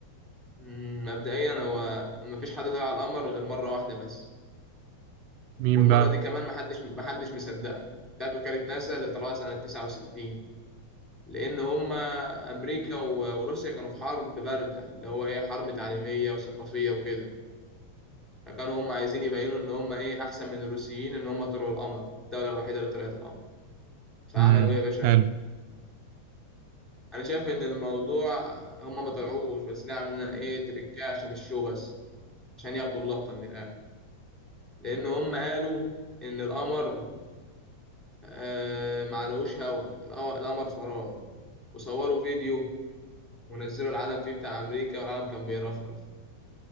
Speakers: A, in the centre; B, on the right.
A: مم، مبدئيا هو مفيش حد طلع على القمر غير مرة واحدة بس
B: مين
A: والمرة
B: بقى؟
A: دي كمان محدش محدش مصدقها بتاعت وكالة ناسا اللي طلعوها سنة 69 لأن هم أمريكا و- وروسيا كانوا في حرب باردة اللي هو إيه حرب تعليمية وثقافية وكده فكانوا هم عايزين يبينوا إن هم إيه أحسن من الروسيين إن هم طلعوا القمر الدولة الوحيدة اللي طلعت القمر فعملوا
B: امم
A: إيه يا باشا
B: حلو
A: انا شايف ان الموضوع هم ما طلعوش بس ده عاملين ايه تريكاه عشان الشو بس عشان ياخدوا اللقطه من الاخر لان هم قالوا ان القمر آه ما علوش هوا القمر القمر فراغ وصوروا فيديو ونزلوا العلم فيه بتاع امريكا والعلم كان بيرفرف